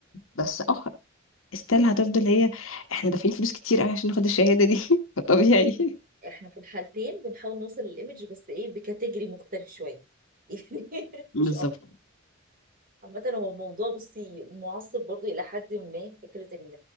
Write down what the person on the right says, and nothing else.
احنا في الحالتين بنحاول نوصل للايمج بس ايه بكاتيجري مختلف شويه <laughs> يعني
مش اكتر عامة هو الموضوع بصي معصب برضو إلى حد ما فكرة إن